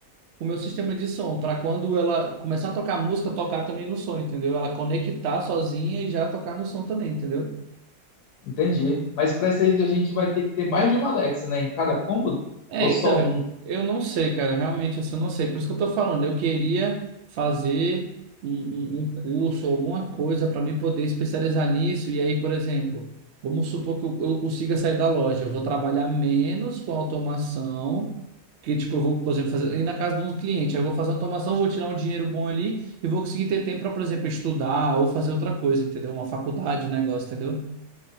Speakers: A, on the right; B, on the left.
A: com o meu sistema de som, para quando ela começar a tocar música, tocar também no som, entendeu? Ela conectar sozinha e já tocar no som também, entendeu?
B: Entendi. Mas para isso aí a gente vai ter que ter mais de uma Alexa, né, em cada cômodo,
A: É,
B: ou só
A: então,
B: um?
A: eu não sei, cara, realmente assim, eu não sei. Por isso que eu tô falando, eu queria fazer um, um- um curso, alguma coisa para mim poder especializar nisso. E aí, por exemplo, vamos supor que eu, eu consiga sair da loja, eu vou trabalhar menos com automação, que tipo, eu vou, por exemplo, fazer, ir na casa de um cliente, aí eu vou fazer automação, vou tirar um dinheiro bom ali e vou conseguir ter tempo para, por exemplo, estudar ou fazer outra coisa, entendeu? Uma faculdade, um negócio, entendeu?